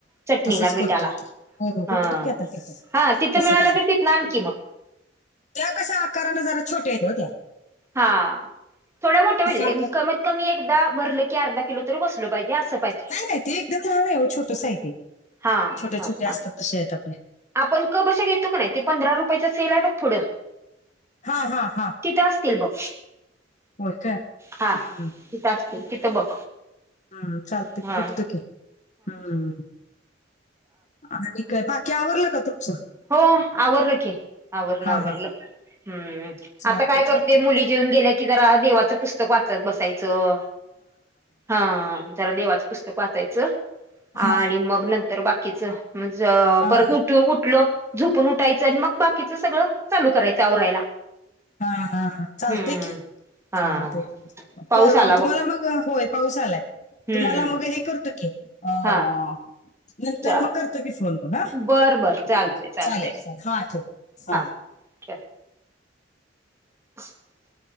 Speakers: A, on the right; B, on the left.
A: चटणीला
B: तसच
A: मिठाला
B: करतो आता पहीला
A: हा
B: बघतो की आता तेचं
A: हा तिथं
B: कसं
A: मिळालं
B: कसं
A: तर तिथनं आणखी मग
B: तेव्हा कशा आकाराने जरा छोट्या येत होत्या
A: हा थोड्या मोठ्या पाहीजे
B: आकार
A: कमीत कमी एकदा भरलं की अर्धा किलो तरी बसलं पाहिजे असं पाहिजे
B: नाही नाही ते एकदम लहान आहे छोटस आहे ते
A: हा
B: छोट्या
A: हा
B: छोट्या
A: हा
B: असतात तश्या आहेत आपल्या
A: आपण कप बशा घेतो का नाही ते पंधरा रुपयाचं सेल आहे बघ पुढं
B: हा हा हा
A: तिथं असतील बघ
B: होय काय
A: हा
B: हम्म,
A: तिथं असतील तिथं बघ
B: हा चालतय
A: हा
B: बघतो की हा हा हा आणि काय बाकी आवरलं का तुमचं?
A: हो आवरलं की आवरलं
B: हा
A: आवरलं
B: हा
A: हम्म
B: चालतंय
A: आता काय करते
B: चालतंय
A: मुली जेवून गेल्या की जरा देवाचं पुस्तक वाचत बसायचं तोवर हा हा जरा देवाचं पुस्तक वाचायचं
B: हा
A: आणि
B: हा
A: मग नंतर बाकीचं म्हणजे
B: हा
A: परत
B: हा
A: उठ उठलो झोपून उठायचं आणि मग बाकीच सगळं चालू करायचं आवरायला
B: हा हा चालतय
A: हम्म
B: की
A: हा
B: चालतय चालतय
A: पाऊस
B: कर
A: आला
B: तुम्हाला
A: बघ
B: मग होय पाऊस आलाय
A: हम्म
B: तुम्हाला मग हे करतो की अ अ
A: हा
B: नंतर
A: चा
B: मग करतो फोन पण हा चालेल
A: बर बर चालतय चालतय
B: चालेल हा ठेव चालेल
A: हा ठेव <unintelligible>